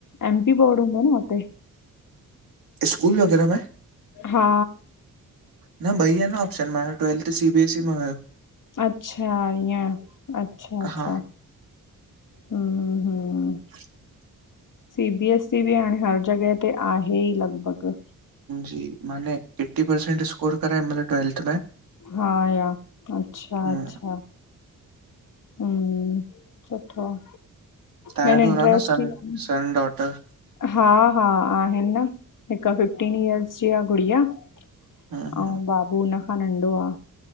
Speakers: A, on the left; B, on the right.
A: एमटी बोर्ड हूंदो न उते?
B: स्कूल वग़ैरह में?
A: हा
B: न ॿई आहे न ऑप्शन मां यो ट्वेल्थ सी बीएस ई में हुयो।
A: अच्छा ईअं, अच्छा -अच्छा,
B: हा
A: हम्म- हम्म
B: <inaudible>
A: सी बी एस सी बि हाणें हर जॻह ते आहेई लॻभॻि।
B: जी माने फिफ्टी परसेन्ट स्कोर करा हिनमल ट्वेल्थ में।
A: हा या अच्छा
B: हम्म
A: -अच्छा हम्म, सुठो आ
B: तव्हां
A: मेन
B: बि हूंदा
A: इंटरेस्ट
B: न सन
A: ई क
B: सन, डॉटर।
A: हा हा आहिनि न हिक फिफ्टीन इयर्स जी आ गुड़िया अंउं
B: हम्म हम्म
A: बाबू हुन खां नंढो आ,